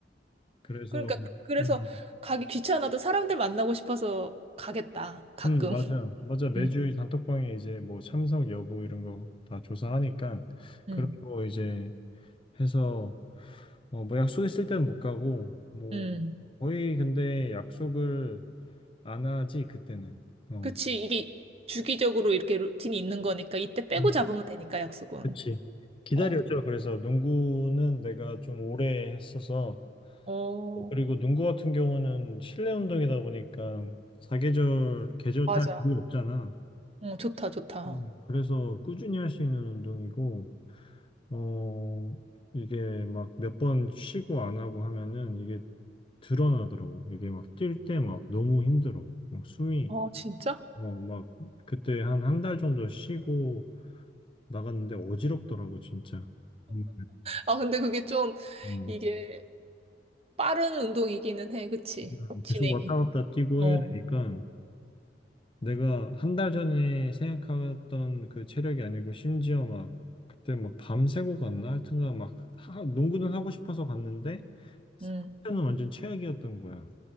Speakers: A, on the left; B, on the right.
A: 그래서,
B: 그러니까 그래서
A: 음,
B: 가기 귀찮아도 사람들 만나고 싶어서 가겠다. 가끔.
A: 음, 맞아, 맞아. 매주
B: 응.
A: 단톡방에 이제 뭐 참석 여부 이런 거 다 조사하니까 그런
B: 응.
A: 거 이제 해서 어, 뭐 약속 있을 때는 못 가고, 뭐
B: 응.
A: 거의 근데 약속을 안 하지, 그때는. 어.
B: 그치. 이게 주기적으로 이렇게 루틴이 있는 거니까 이때 빼고
A: 음,
B: 잡으면 되니까 약속은.
A: 그치. 기다려줘.
B: 어.
A: 그래서 농구는 내가 좀 오래 했어서
B: 어.
A: 그리고 농구 같은 경우는 실내 운동이다 보니까 사계절 계절
B: 맞아.
A: 탈 일이 없잖아.
B: 어, 좋다, 좋다.
A: 음, 그래서 꾸준히 할 수 있는 운동이고 어 이게 막 몇 번 쉬고 안 하고 하면은 이게 드러나더라고. 이게 막 뛸 때 막 너무 힘들어. 막 숨이
B: 어, 진짜?
A: 어 막 그때 한 한 달 정도 쉬고 나갔는데 어지럽더라고, 진짜. 음,
B: 아, 근데 그게 좀,
A: 음.
B: 이게 빠른 운동이기는 해, 그치?
A: 음,
B: 진행이.
A: 계속 왔다 갔다 뛰고
B: 어.
A: 해야 되니까 내가 한 달 전에 생각했던 그 체력이 아니고 심지어 막 그때 막 밤새고 갔나? 하여튼간 막 하- 농구는 하고 싶어서 갔는데 상태는
B: 음.
A: 완전 최악이었던 거야.